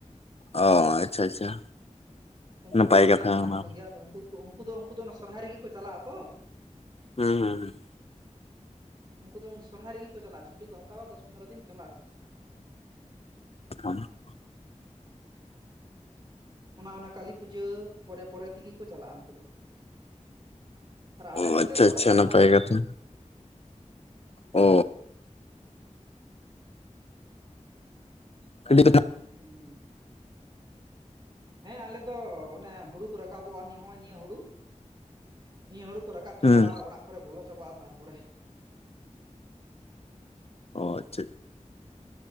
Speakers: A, on the left (about 50°); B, on the right (about 35°).
A: ᱚ ᱟᱪᱪᱷᱟ ᱟᱪᱪᱷᱟ
B: ᱠᱟᱹᱢᱤᱴ
A: ᱱᱟᱯᱟᱭ
B: ᱱᱚᱸᱰᱮ
A: ᱠᱟᱛᱷᱟ
B: ᱦᱚᱸ ᱢᱮᱱᱟᱜ
A: ᱚᱱᱟ
B: ᱠᱚᱜᱮᱭᱟ ᱩᱱᱠᱩ ᱩᱱᱠᱩ ᱫᱚ ᱩᱱᱠᱩ ᱫᱚ ᱚᱱᱟ ᱥᱚᱨᱦᱟᱭ ᱨᱮᱜᱮ ᱠᱚ ᱪᱟᱞᱟᱜᱼᱟ ᱛᱚ᱾
A: ᱦᱩᱸ ᱦᱩᱸ ᱦᱩᱸ
B: ᱩᱱᱠᱩ ᱫᱚ ᱥᱚᱨᱦᱟᱭ ᱨᱮᱜᱮ ᱠᱚ ᱪᱟᱞᱟᱜᱼᱟ, ᱪᱷᱩᱴᱤ ᱠᱚ ᱦᱟᱛᱟᱣᱟ ᱫᱚᱥ ᱯᱚᱸᱨᱚ ᱫᱤᱱ ᱪᱟᱞᱟᱜ ᱟᱠᱚ᱾
A: <unintelligible>
B: ᱚᱱᱟ ᱚᱱᱟ ᱠᱟᱹᱞᱤ ᱯᱩᱡᱟᱹ ᱯᱚᱨᱮ ᱯᱚᱨᱮ ᱛᱮᱜᱮ ᱠᱚ ᱪᱟᱞᱟᱜᱼᱟ ᱩᱱᱠᱩ ᱫᱚ ᱟᱨ ᱟᱞᱮ
A: ᱚ
B: ᱱᱚᱛᱮ
A: ᱟᱪᱪᱷᱟ
B: ᱫᱚ
A: ᱟᱪᱪᱷᱟ
B: ᱡᱟᱱᱩᱣᱟᱨᱤ
A: ᱱᱟᱯᱟᱭ
B: ᱨᱮ
A: ᱠᱟᱛᱷᱟ ᱚ <unintelligible>
B: ᱦᱩᱸ ᱦᱮᱸ ᱟᱞᱮ ᱫᱚ ᱚᱱᱮ ᱦᱩᱲᱩ ᱠᱚ ᱨᱟᱠᱟᱵᱚᱜᱼᱟ ᱱᱚᱜᱼᱚᱭ ᱱᱤᱭᱟᱹ ᱦᱩᱲᱩ ᱱᱤᱭᱟᱹ ᱦᱩᱲᱩ ᱠᱚ ᱨᱟᱠᱟᱵ ᱪᱟᱵᱟᱜᱼᱟ
A: ᱦᱩᱸ
B: ᱚᱲᱟᱜ ᱠᱚᱨᱮ ᱵᱚᱞᱚ ᱪᱟᱵᱟᱜᱼᱟ ᱛᱟᱨᱯᱚᱨᱮ
A: ᱚ ᱟᱪᱪᱷᱟ